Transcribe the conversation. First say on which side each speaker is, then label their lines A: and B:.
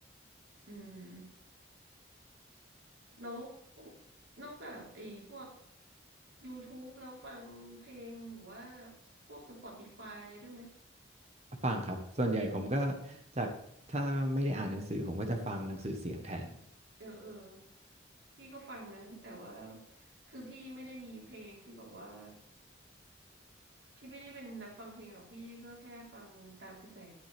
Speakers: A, on the right; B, on the right.
A: อืม แล้วนอกจากไอ้พวก YouTube แล้วฟังเพลงหรือว่าพวก Spotify อะไรด้วยไหม
B: ฟังครับส่วนใหญ่ผมก็จากถ้าไม่ได้อ่านหนังสือผมก็จะฟังหนังสือเสียงแทน
A: เออเออพี่ก็ฟังนะแต่ว่าคือพี่ไม่ได้มีเพลงที่แบบว่าพี่ไม่ได้เป็นนักฟังเพลงหรอกพี่ก็แค่ฟังตามกระแส